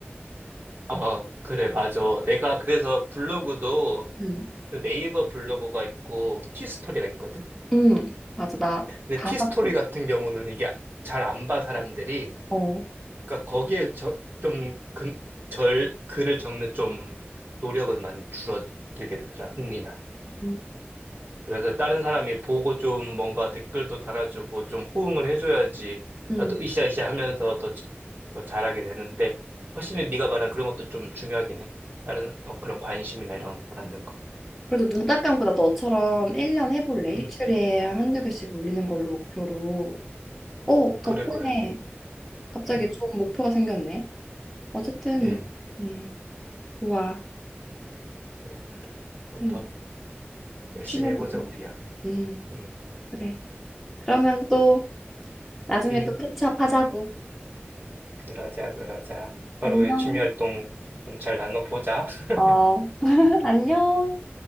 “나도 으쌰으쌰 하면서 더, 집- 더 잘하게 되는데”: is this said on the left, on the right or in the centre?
Right